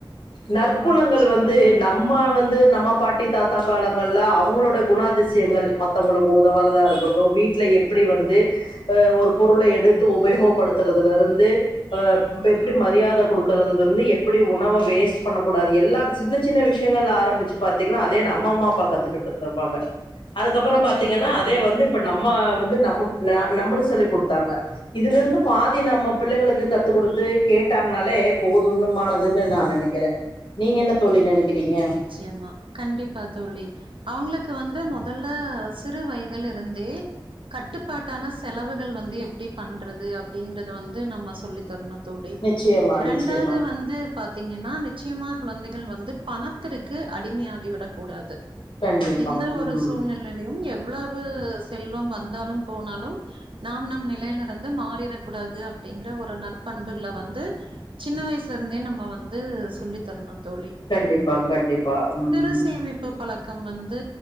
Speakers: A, on the left; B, on the right.
A: நற்குணங்கள்
B: ஆ நிச்சயமா
A: வந்து
B: தோழி
A: நம்ம வந்து நம்ம பாட் ட்டி தாத்தா காலங்கள்ல அவுங்களோட குணாதிசயங்கள் மத்தவங்களுக்கு உதவுறதா இருக்கட்டு வீட்ல எப்டி வந்து அ ஒரு பொருள எடுத்து உபயோகப்படுத்துறதுல இருந்து அ எப்டி மரியாத குடுக்கறதுல இருந்து எப்டி உணவ வேஸ்ட் பண்ணக்கூடாது எல்லாம் சின்ன சின்ன விஷயங்கள் ஆரம்பிச்சு பாத்தீங்கன்னா அதே நம்ப அம்மா அப்பா கத்துக்கிட்டு இருந்திருப்பாங்க அதுக்கப்பறோ
B: நிச்சயமா
A: பாத்தீங்கன்னா
B: தோழி
A: அதே வந்து இப்ப நம்ம வந்து நம்மக் ந நம்மளுக் சொல்லி குடுத்தாங்க இதுலருந்து பாதி நம்ம புள்ளைங்களுக்கு கத்து குடுத்து கேட்டாங்கனாலே போதுன்னுமானதுன்னு நா நெனைக் க்ற நீங்க என்ன தோழி நெனக்கிறீங்க
B: ச்சயமா கண்டிப்பா தோழி அவுங்களுக்கு வந்து மொதல்ல சிறு வயதில் இருந்தே கட்டுப்பாட்டான செலவுகள் வந்து எப்டி பண்றது அப்டிங்கறத வந்து நம்ம சொல்லி த்தருனு தோழி
A: நிச்சயமா
B: ரண்டாவது
A: நிச்சயமா
B: வந்து பாத்தீங்கன்னா நிச்சயமா கொழந்தைகள் வந்து பணத்திற்கு அடிமையாகிவிடக் கூடாது
A: கண்டிப்பாங்க.
B: எந்த ஒரு
A: ம்.
B: சூழ்நில சூழ்நிலயும் எவ்வளவு செல்வம் வந்தாலும் போனாலும் நாம் நம் நிலைல இருந்து மாறிடக்க கூடாது அப்டிங்கிற ஒரு நற்பண்புகள வந்து சின்ன வயசுல இருந்தே நம்ம வந்து சொல்லி த்தருனு தோழி
A: கண்டிப்பாங்க கண்டிப்பா. ம்.
B: சிறு சேமிப் பு பழக்கம் வந்து